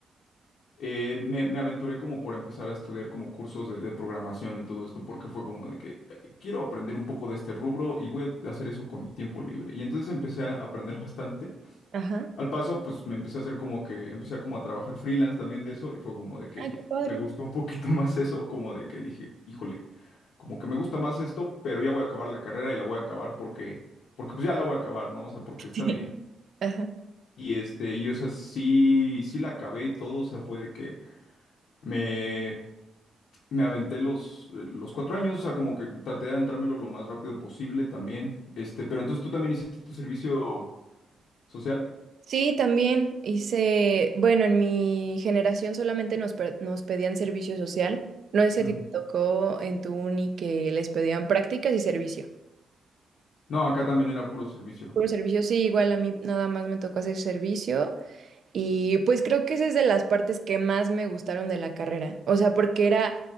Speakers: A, on the left; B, on the right.
A: eh, me, me aventuré como por empezar a estudiar como cursos de, de programación y todo esto, porque fue como de que eh, quiero aprender un poco de este rubro y voy a hacer eso con mi tiempo libre. Y entonces empecé a aprender bastante.
B: ajá.
A: Al paso, pues me empecé a hacer como que, empecé a como a trabajar freelance también de eso y fue como de que
B: Ay, qué
A: <laughs>
B: padre.
A: me gustó un poquito <laughs> más eso, como de que dije, híjole, como que me gusta más esto, pero ya voy a acabar la carrera y la voy a acabar porque, porque pues ya la voy a acabar, ¿no? O sea, porque
B: <laughs>
A: está
B: Sí.
A: bien.
B: Ajá.
A: Y este, y o sea, sí, sí la acabé y todo, o sea, fue de que me... Me aventé los, eh, los cuatro años, o sea, como que traté de aventármelo lo más rápido posible también. Este, pero entonces tú también hiciste tu servicio social.
B: Sí, también hice, bueno, en mi generación solamente nos, pe- nos pedían servicio social. No sé si
A: Ujú.
B: a ti te tocó en tu uni que les pedían prácticas y servicio.
A: No, acá también era puro servicio.
B: Puro servicio, sí, igual a mí nada más me tocó hacer servicio y pues creo que esa es de las partes que más me gustaron de la carrera. O sea, porque era